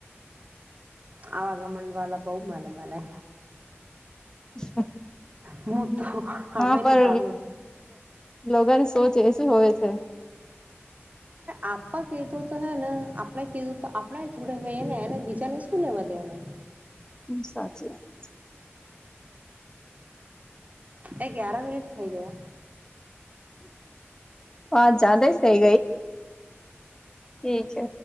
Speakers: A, on the right (about 35°); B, on the left (about 15°).
A: આવા ગમંડ વાળ બહુ મને મને
B: અ
A: હું તો આમેને
B: ના પર
A: ભાડું
B: લોગા ની સોચ એ શી હોવે છે.
A: આપણા કીધું તો હે ને આપણે કીધું તો આપણા જોડે થઈ ને એને બીજાને શું લેવા દેવાનું
B: હમ્મ સાચી વાત
A: એ ગયારા મિનિટ થઇ ગયા
B: હા જદ સહી ઠીક છે